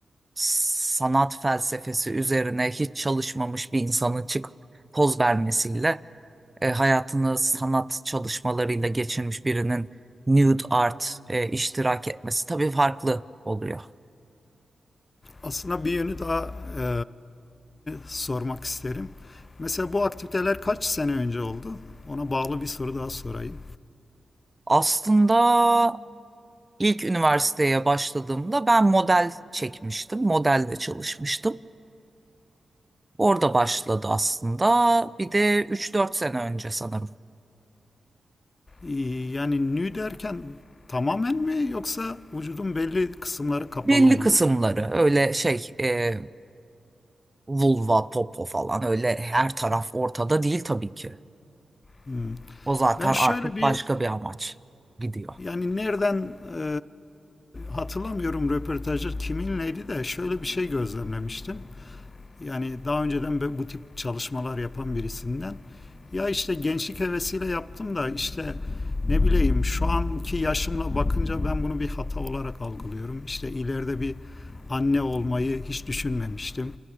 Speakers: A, on the right; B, on the left.
A: sanat felsefesi üzerine hiç çalışmamış bir insanın çıkıp poz vermesiyle e, hayatını sanat çalışmalarıyla geçirmiş birinin nude art e, iştirak etmesi tabii farklı oluyor.
B: Aslında bir yönü daha e, sormak isterim. Mesela bu aktiviteler kaç sene önce oldu? Ona bağlı bir soru daha sorayım.
A: Aslında ilk üniversiteye başladığımda ben model çekmiştim. Modelle çalışmıştım. Orada başladı aslında. Bir de üç dört sene önce sanırım.
B: Ee, Yani nü derken tamamen mi yoksa vücudun belli kısımları kapalı
A: Belli
B: mı?
A: kısımları öyle şey e, vulva, popo falan öyle her taraf ortada değil tabii ki.
B: Hmm.
A: O zaten
B: Ben şöyle
A: artık
B: bir
A: başka bir amaç gidiyor.
B: yani nereden e, hatırlamıyorum röportajı kiminleydi de şöyle bir şey gözlemlemiştim. yani daha önceden bu tip çalışmalar yapan birisinden ya işte gençlik hevesiyle yaptım da işte ne bileyim şu anki yaşımla bakınca ben bunu bir hata olarak algılıyorum. İşte ileride bir anne olmayı hiç düşünmemiştim